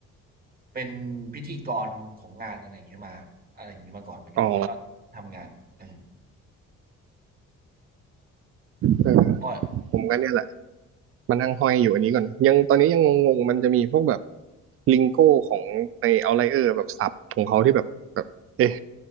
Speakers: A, on the right; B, on the right.
A: เป็นพิธีกรของงานอะไรอย่างเงี้ยมาอะไรอย่างเงี้ยมาก่อนเหมือนกันแล้วก็ทำงานเออ
B: อ๋อเออ
A: ก็
B: ผมก็เนี่ยแหละมานั่งห้อยอยู่อันนี้ก่อนยังตอนนี้ยังงงๆมันจะมีพวกแบบลิงโก้ของในเอาไลเออร์แบบศัพท์ของเขาที่แบบแบบเอ๊ะ